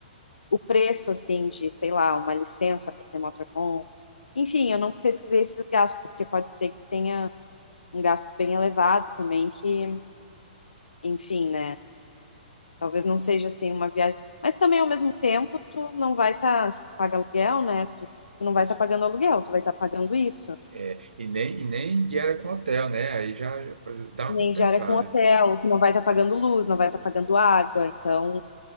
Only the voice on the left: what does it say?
o preço, assim, de, sei lá, uma licença para ter motorhome. Enfim, eu não pesquisei esses gastos, porque pode ser que tenha um gasto bem elevado também, que, enfim, né? Talvez não seja, assim, uma viagem. Mas também, ao mesmo tempo, tu não vai estar, se tu paga aluguel, né? Tu, tu não vai
estar pagando aluguel, tu vai estar pagando isso.
nem
diária com hotel, que não vai estar pagando luz, não vai estar pagando água. Então,